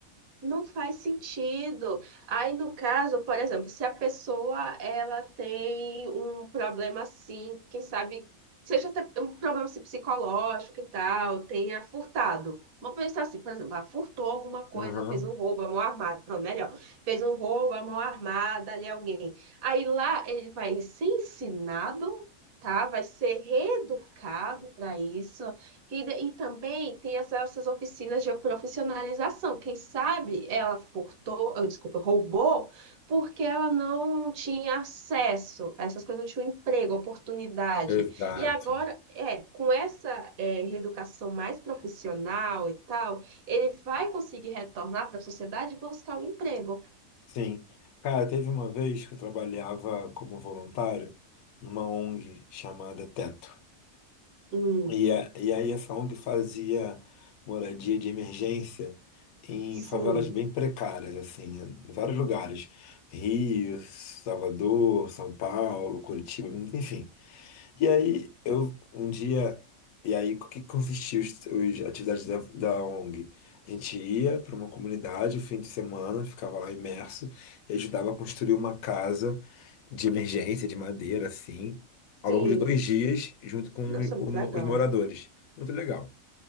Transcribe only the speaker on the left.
Uhum.
Exato.
Sim. Cara, teve uma vez que eu trabalhava como voluntário numa ONG chamada Teto.
E, a, e aí essa ONG fazia moradia de emergência em
favelas bem precárias, assim, né? Em vários lugares. Rio, Salvador, São Paulo, Curitiba, enfim. E aí, eu um dia. E aí, o que consistia os, os atividades da, da ONG? A gente ia para uma comunidade o fim de semana, ficava lá imerso e ajudava a construir uma casa de emergência, de madeira, assim, ao
longo de dois dias, junto com
o-
os moradores. Muito legal.